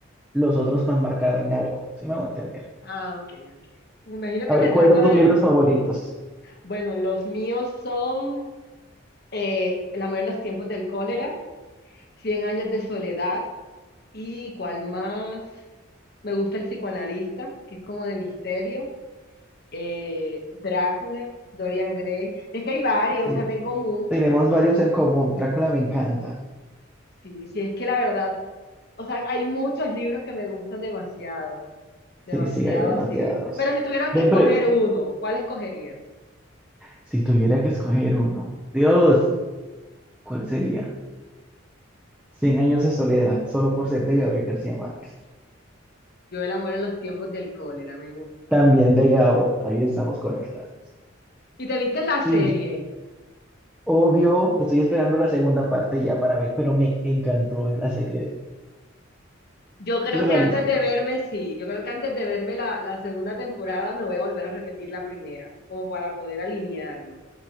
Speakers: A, in the centre; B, on the left.
A: los otros me han marcado en algo. ¿Sí me hago entender?
B: Ah, ok, ok. Me imagino que
A: A ver,
B: retrato
A: ¿cuáles son
B: de...
A: tus libros favoritos?
B: Bueno, los míos son eh, El amor en los tiempos del cólera. Cien años de soledad y cuál más. Me gusta el psicoanalista, que es como de misterio. eh, Drácula, Dorian Gray. Es que hay varios,
A: Ahí
B: o sea, tengo mucho.
A: tenemos varios en común. Drácula me encanta.
B: Sí, sí, es que la verdad, o sea, hay muchos libros que me gustan demasiado, demasiado
A: Sí, sí, hay demasiados.
B: así. Pero si tuvieras
A: Ven,
B: que escoger
A: pero
B: uno, ¿cuál escogerías?
A: si tuviera que escoger uno, Dios, ¿cuál sería? Cien años de soledad, solo por ser de Gabriel García Márquez.
B: Yo El amor en los tiempos del cólera, me gusta.
A: También de Gao, ahí estamos conectados.
B: ¿Y te viste la serie?
A: Sí, yo- obvio, estoy esperando la segunda parte ya para ver, pero me encantó la serie.
B: Yo creo
A: ¿Tú te
B: que
A: la
B: antes
A: viste?
B: de verme, sí, yo creo que antes de verme la, la segunda temporada me voy a volver a repetir la primera, como para poder alinearlo.